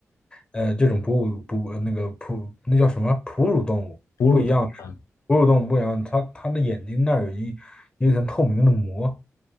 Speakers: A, on the left; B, on the left.
A: 呃这种哺乳哺呃那个哺那叫什么哺乳动物不一样，
B: 哺乳动物。嗯，
A: 哺乳动物不一样，它它的眼睛那儿有一有一层透明的膜，